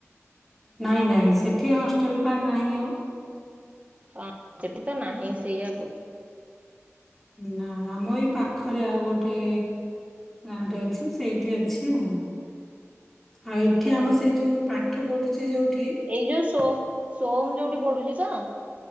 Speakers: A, in the centre; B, on the right.
A: ନାଇଁ ନାଇଁ ସେଠି ହଷ୍ଟେଲ ପାଇଁ ନାହିଁ ଆଉ।
B: ହଁ ସେଠି ତ ନାହିଁ ସେଇଆ କୁ
A: ନା ଆମ ଏଇ ପାଖରେ ଆଉ ଗୋଟେ ଗାଁଟେ ଅଛି ସେଇଠି ଅଛି ଆଉ। ଆଉ ଏଠି
B: ହଁ।
A: ଆମ ସେଇ ଯୋଉ ପାଠ ପଢୁଛି ଯୋଉଠି
B: ଏଇ ଯୋଉ ସୋ ସୋମ ଯୋଉଠି ପଡୁଛି ତ?